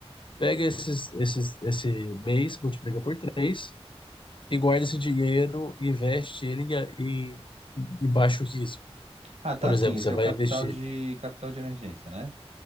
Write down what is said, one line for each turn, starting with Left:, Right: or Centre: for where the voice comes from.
Left: Pega esses, esses, esse mês, multiplica por três e guarda esse dinheiro e investe ele em, a- em, em baixo risco.
Right: Ah, tá,
Left: Por exemplo,
Right: sim, esse
Left: você vai
Right: é o capital
Left: investir
Right: de capital de emergência, né?